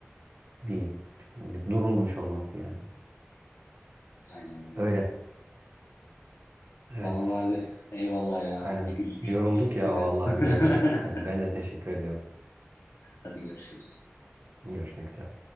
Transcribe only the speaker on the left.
Aynen öyle.
Tamam abi. Eyvallah ya.
Ne güldük.
Teşekkür
ederim.
<laughs>
Hadi görüşürüz.